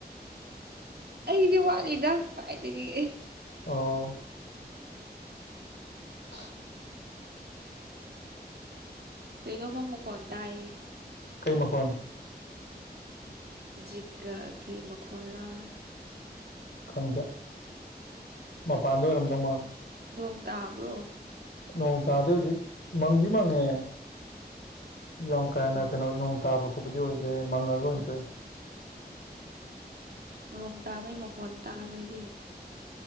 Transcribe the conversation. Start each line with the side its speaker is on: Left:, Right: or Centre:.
Right: ꯑꯩꯗꯤ ꯋꯥꯠꯂꯤꯗ ꯀꯥꯏꯗꯒꯤ
Left: ꯑꯣ <unintelligible>
Right: ꯀꯩꯅꯣꯝꯃ ꯃꯈꯣꯟ ꯇꯥꯏꯌꯦ
Left: ꯀꯩ ꯃꯈꯣꯟ
Right: ꯖꯤꯒꯥꯒꯤ ꯃꯈꯣꯟꯔꯥ
Left: ꯈꯪꯗꯦ ꯃꯄꯥꯟꯗ ꯑꯣꯏꯔꯝꯗꯧ ꯃꯥꯜꯂꯦ
Right: ꯅꯣꯡ ꯇꯥꯕ꯭ꯔꯣ
Left: ꯅꯣꯡ ꯇꯥꯗꯦ ꯍꯧꯖꯤꯛ ꯃꯪꯗꯤ ꯃꯪꯉꯦ ꯌꯥꯝ ꯀꯥ ꯍꯦꯟꯅ
Right: ꯎꯝ
Left: ꯀꯩꯅꯣ ꯅꯣꯡ ꯇꯥꯕ ꯈꯣꯠꯄꯗꯤ ꯑꯣꯏꯗꯦ ꯃꯪꯉꯒ ꯑꯣꯏꯅ
Right: ꯎꯝ
Left: ꯇꯣꯛꯑꯦ
Right: ꯅꯣꯡ ꯇꯥꯕꯩ ꯃꯈꯣꯟ ꯇꯥꯕ <inaudible>